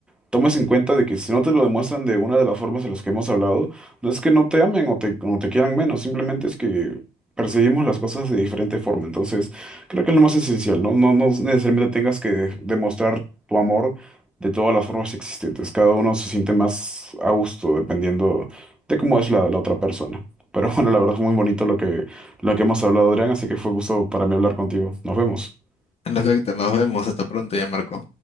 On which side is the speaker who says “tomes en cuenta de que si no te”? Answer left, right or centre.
Centre